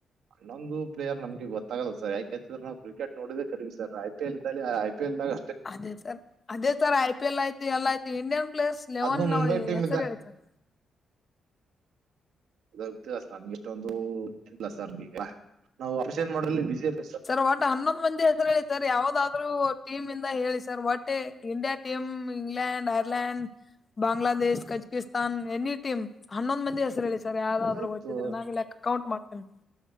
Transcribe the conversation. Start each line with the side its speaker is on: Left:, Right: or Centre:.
Right: ಹನ್ನೊಂದು ಪ್ಲೇರ್ ನಮ್ಗೆ ಗೊತ್ತಾಗಲ್ಲ ಸರ್ ಯಾಕೆೇತಿದ್ರ ನಾ ಕ್ರಿಕೆಟ್ ನೋಡೋದೇ ಕಮೀ ಸರ್ ಐ ಪಿ ಎಲ್ಲಿ ಐ ಪಿ ಎಲ್ದಾಗ
Left: ಅದೇ ಸರ್ ಅದೇ ಸರ್ ಐ ಪಿ ಎಲ್ ಆಯ್ತು ಎಲ್ಲ ಆಯ್ತು ಇಂಡಿಯನ್ ಪ್ಲೇಯರ್ಸ್ ಲೆವೆನ್
Right: ಅದ್ನು
Left: ನ್
Right: ಮುಂಬೈ ಟೀಮ್
Left: ಹೆಸರು
Right: ಇದ್ದಾಗ
Left: ಹೇಳಿ ಸರ್
Right: ಅ ಹೋಗ್ತ ಸರ್ ನಮಗೆ ಇಷ್ಟೊಂದು ಇಲ್ಲಾ ಸರ್ ನಾವು ಅಪೇಷನ್ ಮಾಡ್ರಲ್ಲಿ ಬಿಜಿ ಇರ್
Left: ಸರ್ ಒಟ್ಟ ಹನ್ನೊಂದು ಮಂದಿ ಹೆಸರು ಹೇಳಿ ಸರ್ ಯಾವದಾದ್ರು ಟೀಮ್ ಇಂದ ಹೇಳಿ ಸರ್ ಒಟ್ಟೆ India team England, Ireland Bangladesh Kazakhstan any team ಹನ್ನೊಂದು ಮಂದಿ ಹೆಸರ ಹೇಳಿ ಸರ್ ಸರಿ ಯಾವ್ದಾದ್
Right: ಆಯ್ತು
Left: ಒತ್ತಿದ್ರ ನಾ ಕೌಂಟ್ ಮಾಡ್ತೇನಿ